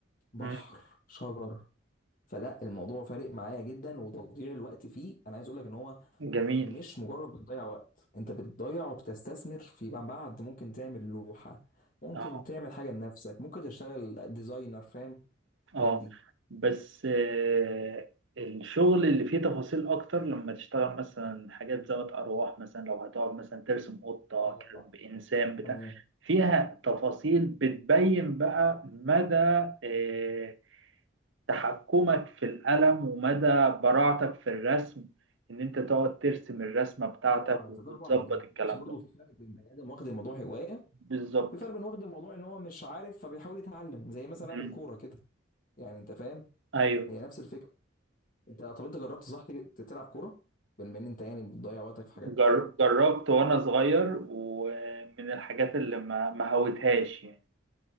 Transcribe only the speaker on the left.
بحر
شجر فلا الموضوع فارق معايا جدا وتضييع الوقت فيه انا عايز اقول لك ان هو
مش مجرد بتضيع وقت انت بتضيع وبتستثمر فيما بعد ممكن تعمل لوحة ممكن
تعمل حاجة لنفسك ممكن تشتغل ديزاينر فاهم الحاجات
دي
اه
تمام
طبعا انت
طبعا ما انت ما
تقولش برضه
في فرق بين بني ادم واخد الموضوع هوايه
وفي فرق بين واخد الموضوع ان هو مش عارف فبيحاول يتعلم زي مثلا
لاعب الكوره كده يعني انت فاهم
هي نفس الفكره انت طب انت جربت صح تج- تلعب كوره بما ان انت يعني بتضيع وقتك في حاجات